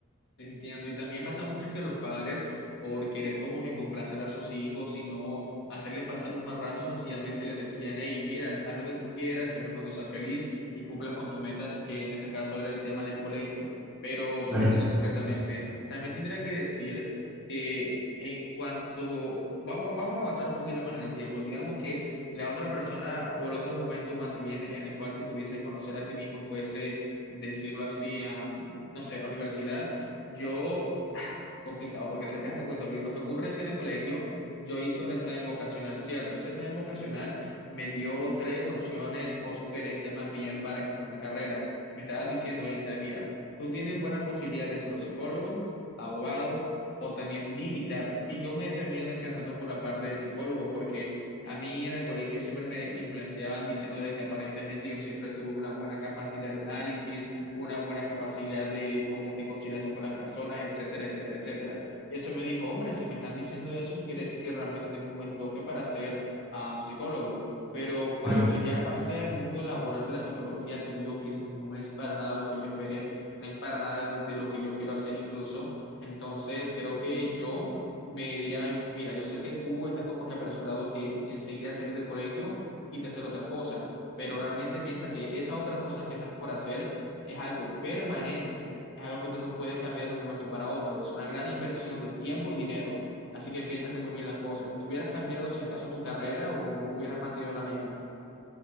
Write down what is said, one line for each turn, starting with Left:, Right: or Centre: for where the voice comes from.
Left: Entiendo, y también pasa mucho que los padres, por querer como que complacer a sus hijos y no hacerles pasar un mal rato, sencillamente les decían, hey, mira, haz lo que tú quieras, siempre cuando seas feliz y cumplas con tus metas, que en ese caso era el tema del colegio. Pero
Centre: Claro,
Left: te entiendo completamente. También tendría que decir que en cuanto, vamos, vamos a avanzar un poquito más en el tiempo, digamos que la otra persona o el otro momento más bien en el cual te pudieses conocer a ti mismo fuese, decirlo así, a, no sé, la universidad yo, ah, complicado, porque déjate, déjate cuento bien. Lo que ocurre es que en el colegio yo hice un examen vocacional, ¿cierto? Ese examen vocacional me dio tres opciones o sugerencias más bien para escoger una carrera. Me estaba diciendo entre, mira, tú tienes buena posibilidad de ser o psicólogo, abogado o también militar. Y yo me terminé decantando por la parte de psicólogo, porque a mí en el colegio siempre me influenciaban diciendo de que aparentemente yo siempre tuve una buena capacidad de análisis una buena capacidad de como que conciliación con las personas, etcétera, etcétera, etcétera. Y eso me dijo, hombre, si me están diciendo eso, quiere decir que realmente tengo un buen toque para ser am, psicólogo. Pero cuando
Centre: Claro. claro.
Left: ya pasé al mundo laboral de la psicología, te digo que es- no es para nada lo que yo esperé, no es para nada de lo, de lo que yo quiero hacer incluso. Entonces, creo que yo me diría a mí mismo, mira, yo sé que tú estás como que apresurado que enseguida salir del colegio y te hacer otra cosa, pero realmente piensa que esa otra cosa que estás por hacer es algo permanente, es algo que tú no puedes cambiar de un momento para otro, es una gran inversión de tiempo y dinero, así que piénsate muy bien las cosas. ¿Tú hubieras cambiado si acaso tu carrera o hubieras mantenido la misma?